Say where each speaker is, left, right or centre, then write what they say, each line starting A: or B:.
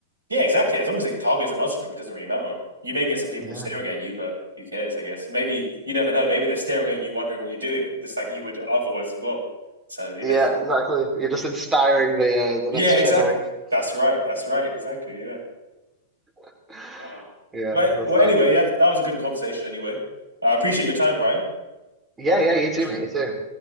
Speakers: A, on the right; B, on the right.
A: Yeah, exactly. As long as it targets a muscle group, it doesn't really matter. You may get some people
B: yeah,
A: staring at you, but who cares, I guess. Maybe you never know. Maybe they're staring at you wondering what you're doing, just like you would otherwise as well. So yeah.
B: yeah,
A: <laughs>
B: exactly. You're just inspiring the uh, the
A: Yeah,
B: next
A: exactly.
B: generation.
A: That's right. That's right. Exactly. Yeah.
B: <laughs>
A: Oh,
B: Yeah,
A: Well,
B: love
A: well
B: that.
A: anyway, yeah, that was a good conversation anyway. I appreciate your time, Ryan.
B: Yeah,
A: Thank
B: yeah,
A: you very
B: you
A: much.
B: too, mate. You too.